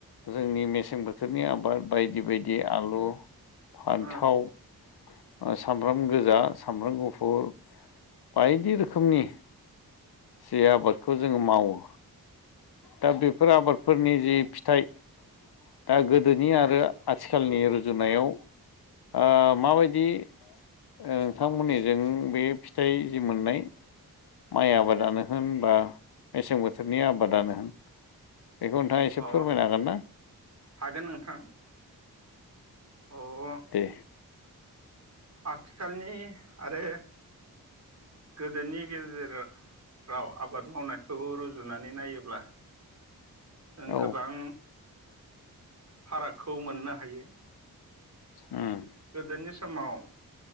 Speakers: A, on the left (about 85°); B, on the right (about 45°).
A: जोंनि मेसें बोथोरनि आबाद बायदि बायदि आलु फान्थाव
B: उम
A: सामब्राम गोजा सामब्राम गुफुर बायदि रोखोमनि जे आबादखौ जोङो मावो। दा बेफोर आबादफोरनि जि फिथाइ दा गोदोनि आरो आथिखालनि रुजुनायाव ओ माबायदि नोंथांमोननिजों बे फिथाइ जि मोननाय माइ आबादानो होन बा मेसें बोथोरनि आबादानो होन। बेखौ नोंथाङा एसे
B: अ
A: फोरमायनो हागोन ना?
B: हागोन नोंथां। अ
A: दे
B: आथिखालनि आरो गोदोनि गेजेराव राव आबाद मावनायखौ रुजुनानै नायोब्ला जों
A: औ
B: गोबां फारागखौ मोननो हायो।
A: उम
B: गोदोनि समाव